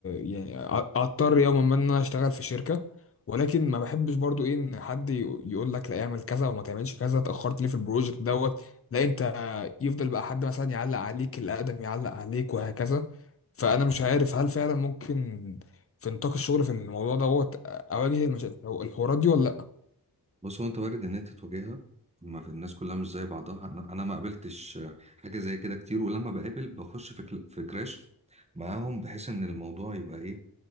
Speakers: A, on the left; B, on the right.
A: يعني ه- هضطر يوما ما ان انا اشتغل في شركه ولكن ما بحبش برضو ايه ان حد ي- يقول لك لا اعمل كذا وما تعملش كذا اتاخرت ليه في البروجكت دوت لا انت يفضل بقى حد مثلا يعلق عليك الاقدم يعلق عليك وهكذا فانا مش عارف هل فعلا ممكن في نطاق الشغل في الموضوع دوت اواجه المشاكل هو الحوارات دي ولا لا
B: بص هو انت وارد ان انت تواجهها ما في الناس كلها مش زي بعضها انا انا ما قابلتش آه، حاجه زي كده كتير ولما بقابل بخش في كل- في كراش معاهم بحيث ان الموضوع يبقى ايه